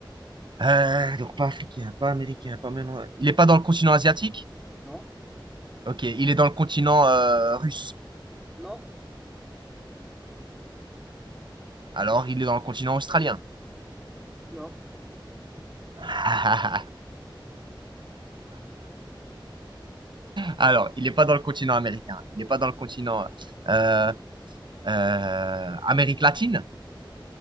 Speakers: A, on the right; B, in the centre.
A: Euh, donc pas africain, pas américain, pas maintenant. Il n'est pas dans le continent asiatique?
B: Non,
A: Ok, il est dans le continent euh, russe.
B: non,
A: Alors, il est dans le continent australien.
B: non,
A: <laughs> Alors, il n'est pas dans le continent américain. Il n'est pas dans le continent euh, euh, Amérique latine.